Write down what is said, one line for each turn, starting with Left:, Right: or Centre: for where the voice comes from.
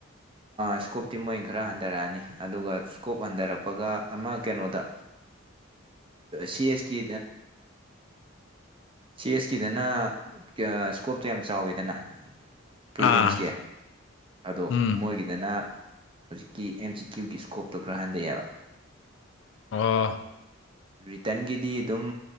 Right: ꯏꯁꯀꯣꯞꯇꯤ ꯃꯣꯏ ꯈꯔ ꯍꯟꯊꯔꯛꯑꯅꯤ ꯑꯗꯨꯒ ꯏꯁꯀꯣꯞ ꯍꯟꯊꯔꯛꯄꯒ ꯑꯃ ꯀꯩꯅꯣꯗ ꯁꯤ ꯑꯦꯁ ꯀꯤ ꯁꯤ ꯑꯦꯁ ꯀꯤꯗꯅ ꯏꯁꯀꯣꯞꯇꯣ ꯌꯥꯝ ꯆꯥꯎꯋꯦꯗꯅ ꯄ꯭ꯔꯤꯂꯤꯝꯁꯀꯤ
Left: ꯑꯥ
Right: ꯑꯗꯣ
Left: ꯎꯝ
Right: ꯃꯣꯏꯒꯤꯗꯅ ꯍꯧꯖꯤꯛꯀꯤ ꯑꯦꯝ ꯁꯤ ꯀ꯭ꯌꯨꯒꯤ ꯏꯁꯀꯣꯞꯇꯣ ꯈꯔ ꯍꯟꯊꯩꯑꯕ
Left: ꯑ
Right: ꯔꯤꯇꯟꯒꯤꯗꯤ ꯑꯗꯨꯝ